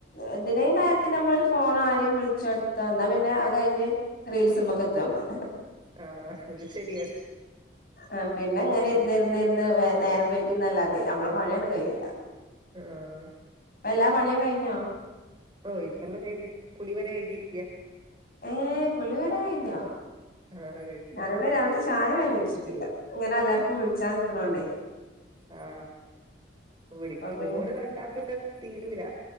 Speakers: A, on the left (about 50°); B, on the right (about 25°).
A: എന്തിനേ കാര്യത്തി നമ്മളൊരു ഫോണ് ആരെ വിളിച്ചോട്ത്തോ ന്നാ പിന്നെ അത് കഴിഞ്ഞ് റീൽസ്മെക്കെത്തും നമ്മള്
B: ആഹ് അത് ശരിയാ
A: ആഹ് പിന്നെങ്ങനെ
B: ഉം
A: ഇർന്ന് ഇർന്ന് ഇർന്ന് വേ നേരം വൈക്കുന്നല്ലാതെ നമ്മളെ പണിയാണ്ട് കയ്യൂല്ല.
B: ആഹ്
A: ഇപ്പെല്ലാ പണീം കയിഞ്ഞോ
B: ഓഹ് ഇപ്പെല്ലം കയ്ഞ്ഞ് കുളി വെരെ എഴ്തീന്
A: ഏ കുളിവെരെ കഴിഞ്ഞോ
B: ആഹേ
A: ഞാനിവിടെ രാവിൽത്തെ ചായ വരെ കുടിച്ചിട്ടില്ല ഇങ്ങനെ എല്ലാർക്കും വിളിച്ചാ നിക്ക്ണോണ്ടേ
B: ആ വിളി ഫോണ്
A: പി
B: തൊട്ടാ പിന്നെ തീരൂലാ